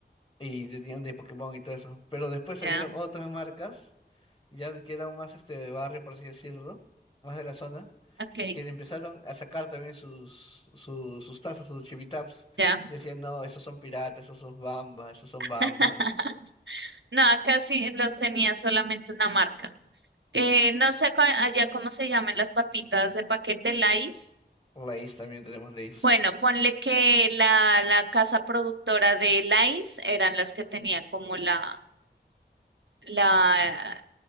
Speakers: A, on the left; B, on the right.
A: y tenían de Pokémon y todo eso. Pero después salieron
B: ya,
A: otras marcas, ya que eran más este de barrio, por así decirlo, más de la zona
B: ok,
A: que empezaron a sacar también sus, sus sus tazas, sus chivitaps,
B: ya.
A: y decían, no, estos son piratas, estos son bamba, estos son bamba,
B: <laughs>
A: ¿no?
B: No, acá sí los tenía solamente una marca. Eh, no sé cua- allá cómo se llaman las papitas de paquete Lays.
A: Lays también tenemos Lays.
B: Bueno, ponle que la, la casa productora de Lays eran las que tenía como la, la,